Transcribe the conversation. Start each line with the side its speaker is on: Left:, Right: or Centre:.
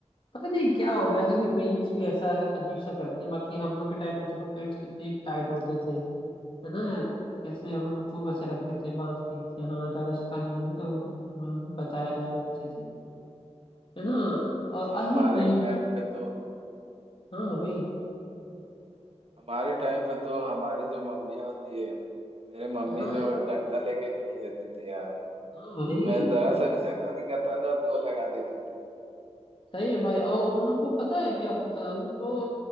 Left: पता नहीं क्या हो गया आजकल के पेरेंट्स भी ऐसा अजीब सा करते हैं बाकी हम लोग के टाइम पे देखो पेरेंट्स कितने टाइट होते थे है ना यार कैसे हम लोग को वैसे रखते थे बांध के कि हाँ ज्यादा शैतानी करोगे तो हमें बताया जाएगा अच्छे से है ना
Right: भाई
Left: और अभी
Right: हमारे
Left: पेरेंट्स
Right: टाइम पे तो
Left: हाँ भाई
Right: हमारे टाइम पे तो हमारी जो मम्मियाँ होती है मेरे मम्मी
Left: हाँ
Right: जो डंडा लेके खड़ी रहती थी यार
Left: हाँ
Right: कि
Left: भाई
Right: मैं जरा सा भी शैतानी करता था दो लगा देती थी
Left: सही है भाई और उन लोग को पता है क्या होता था उन लोग को